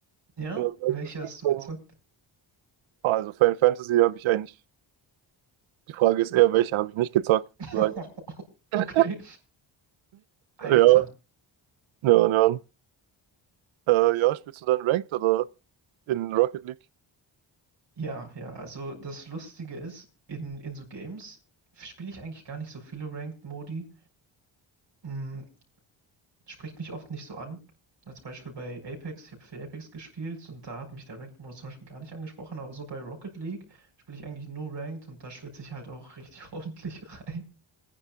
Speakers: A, on the right; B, on the right.
A: Ja?
B: Äh, du
A: Welche
B: spielst
A: hast du
B: dann-
A: gezockt?
B: Ah, Also Final Fantasy habe ich eigentlich. Die Frage ist eher, welche habe ich nicht gezockt,
A: <laughs>
B: sozusagen. <laughs>
A: Okay. Alter,
B: Ja, ja, ja. Äh, ja, spielst du dann Ranked oder in Rocket League?
A: Ja, ja, also das Lustige ist, in, in so Games spiele ich eigentlich gar nicht so viele Ranked-Modi. Mm, spricht mich oft nicht so an. Als Beispiel bei Apex, ich habe viel Apex gespielt und da hat mich der Ranked-Modus zum Beispiel gar nicht angesprochen, aber so bei Rocket League spiele ich eigentlich nur Ranked und da schwitze ich halt auch richtig <laughs> ordentlich rein.